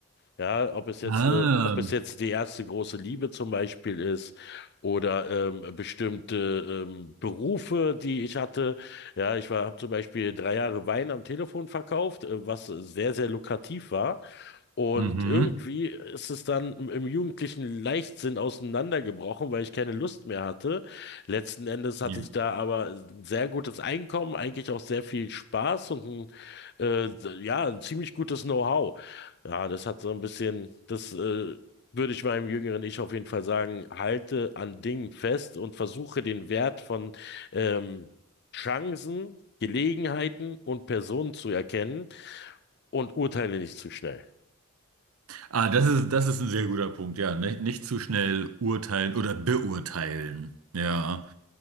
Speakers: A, on the left; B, on the right.
A: Ja, ob es jetzt
B: Ah,
A: eine, ob es jetzt die erste große Liebe zum Beispiel ist oder ähm, bestimmte ähm, Berufe, die ich hatte. Ja, ich war, habe zum Beispiel drei Jahre Wein am Telefon verkauft, äh, was sehr, sehr lukrativ war. Und
B: mhm.
A: irgendwie ist es dann im im jugendlichen Leichtsinn auseinandergebrochen, weil ich keine Lust mehr hatte. Letzten Endes hatte
B: Ja.
A: ich da aber ein sehr gutes Einkommen, eigentlich auch sehr viel Spaß und ein, äh, ja, ein ziemlich gutes Know-how. Ja, das hat so ein bisschen, das, äh, würde ich meinem jüngeren Ich auf jeden Fall sagen, halte an Dingen fest und versuche den Wert von, ähm, Chancen, Gelegenheiten und Personen zu erkennen und urteile nicht zu schnell.
B: Ah, das ist, das ist ein sehr guter Punkt, ja. Nicht, nicht zu schnell urteilen oder beurteilen. Ja.